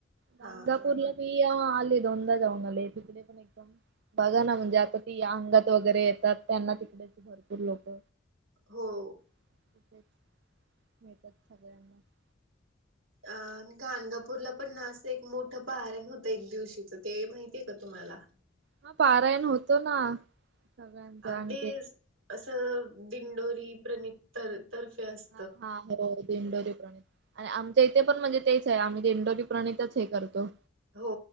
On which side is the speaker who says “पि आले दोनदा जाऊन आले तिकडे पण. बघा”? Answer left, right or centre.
Right